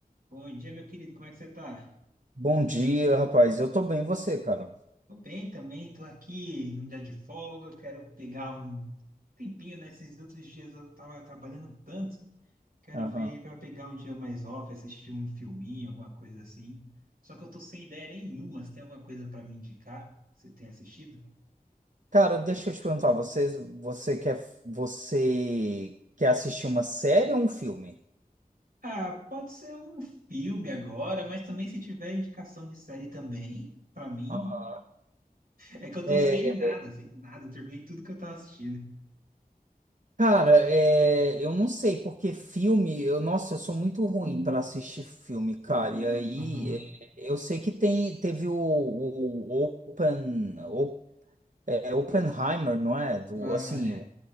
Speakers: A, on the right; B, on the right.
A: Bom dia, meu querido, como é que você tá?
B: Bom dia, rapaz. Eu tô bem, e você, cara?
A: Tô bem também, tô aqui num dia de folga, quero pegar um tempinho, né? Esses outros dias eu tava trabalhando tanto, quero
B: Aham.
A: ver pra pegar um dia mais off, assistir um filminho, alguma coisa assim. Só que eu tô sem ideia nenhuma, você tem alguma coisa pra me indicar? que Você tem assistido?
B: Cara, deixa eu te perguntar, você, você quer, você quer assistir uma série ou um filme?
A: Ah, pode ser um filme agora, mas também se tiver indicação de série também, pra mim.
B: Aham.
A: É que eu tô
B: É,
A: sem nada, sem nada, eu terminei tudo que eu tava assistindo.
B: cara, é, eu não sei, porque filme, eu, nossa, eu sou muito ruim para assistir filme, cara. E aí,
A: Uhum.
B: é, eu sei que tem, teve o, o Open, o, é, Oppenheimer, não é? Do,
A: Mas
B: assim,
A: é.